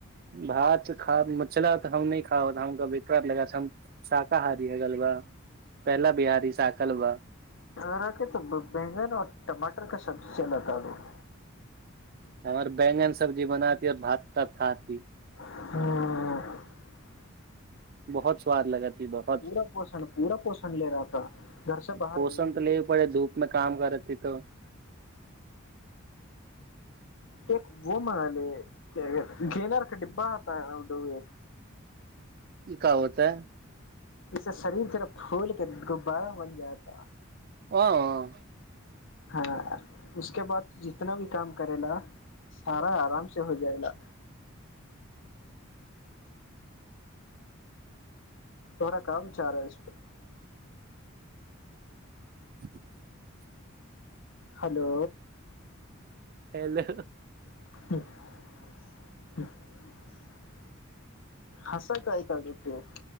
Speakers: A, on the right; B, on the left.
A: भात खा मछला तऽ हम नै खा लगा हम शाकाहारी ह गलबा पहला बिहारारी शाकलवा
B: तोरा के तऽ बैगन आऔ टमाटर क सबब्जी ज लता दू
A: हमर बैंगन सब्जी बनाती और भात तात खातती
B: हँ
A: बहुत स्वाद लगा ती बहुत
B: पूरा पोषण पूरा पोषण ले रहा था घर से बाहर
A: पोषण
B: भी
A: तऽ ले पड़े धूप मे काम करेती त
B: एक वो महले गेनारके डिब्बा आता हो एक
A: ई क होतै
B: जसे शरीर तरफ फूल के गुब्बारा बन जाता
A: ह
B: हँ उसके बाद जितना भी काम करे ला सारा आराम से हो जाएगा थोड़ा कामच रहाै इसप
A: <unintelligible>
B: हेलो
A: हलो
B: <unintelligible> हसएत ऐत दुगो